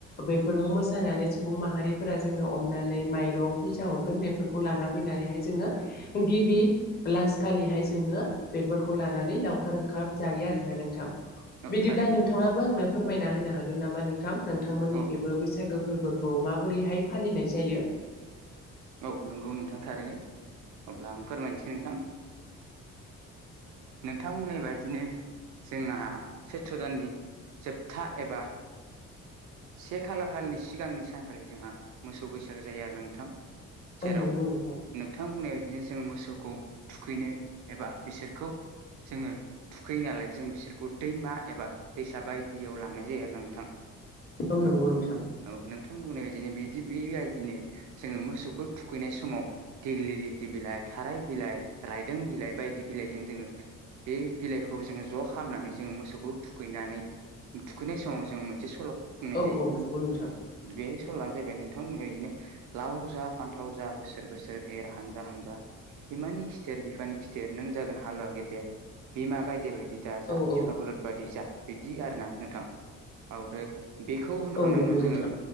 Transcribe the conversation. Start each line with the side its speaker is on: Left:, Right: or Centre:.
Left: बेफोरखौ मोसानानै सुबुं माहारिफोरा जोंनो अननानै माइरं फैसा हर। बेफोरखौ ला फैनानैहाय। जोङो गिबि लास खालिहाय जोङो बेफोरखौ लानानै लावखार ओंखार जायो। आरो ना नोंथां।
Right: औ
Left: बिदिब्ला
Right: थारैनो
Left: नोंथाङाबो आंनो फोरमायना होनो हागोन नामा नोंथां नोंथांमोननिखेबो
Right: औ
Left: बैसागु। फोरबोखौ माबोरैहाय फालिनाय जायो?
Right: औ नंगौ नोंथां थारैनो अब्ला आं फोरमायनोसै नोंथां। नोंथांमोननि बायदिनो जोंहा सैथ्र' दाननि जोबथा एबा। से खालार खालिनि सिगांनि सानखालि जोंहा मोसौ बैसागो जायो आरो नोंथां। जेराव
Left: औ नंगौ नोंथां
Right: नोंथां बुंनाय। बिदिनो जोङो मोसौखौ थुखैनो एबा बिसोरखौ। जोङो थुखैयो नालाय जों बिसोरखौ दैमा एबा दैसा बायदियाव लांनाय जायो आरो ना नोंथां।
Left: औ नंगौ नोंथां
Right: औ नोंथां बुंनाय बायदिनो बिदि बेबायदिनो जोङो मोसौ। मोसौखौ थुखैनाय समाव दिेग्लिलिथि बिलाइ थाराय बिलाइ रायदों बिलाइ बायदि बिलाइजों जोङो। बे बिलाइखौ जोङो ज' खालामनानै जोङो मोसौखौ थुखैनानै। थुखैनाय समाव जोंङो मोनसे सल' बुंनाय
Left: औ
Right: जायो
Left: औ नंगौ नोंथां
Right: औ बे। सल आनो जाहैबाय नोंथांमोना बिदिनो लाव जा फान्थाव जा बोसोर बोसोर एर हानजा हानजा बिमानि खिथेर बिफानि खिथेर नों जागोन हालुवा गेदेर बिमा गायदेबायदि। दा जा
Left: औ
Right: बिफा
Left: औ
Right: बलद बादि जा बिदि आरोना नोंथां आरो बेखौ होनखांनायनि
Left: औ नंगौ
Right: उनाव
Left: नोंथां
Right: जोङो